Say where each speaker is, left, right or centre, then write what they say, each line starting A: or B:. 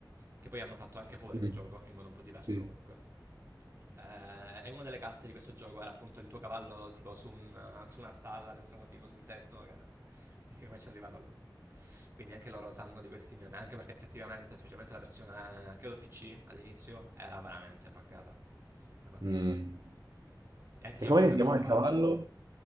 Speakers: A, on the right; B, on the right.
A: che poi hanno fatto anche fuori
B: Mm.
A: dal gioco, in modo un po' diverso
B: Sì.
A: comunque. Ehm, e una delle carte di questo gioco era appunto il tuo cavallo tipo su un su una stalla senza motivo, sul tetto, che <laughs> dici: "Come c'è arrivato là?" Quindi anche loro sanno di questi meme, anche perché effettivamente, specialmente la versione credo PC all'inizio, era veramente buggata, ma tantissimo.
B: Mm.
A: E anche
B: E
A: io
B: com'è
A: comunque
B: che si
A: quel
B: chiamava
A: cavallo.
B: il cavallo?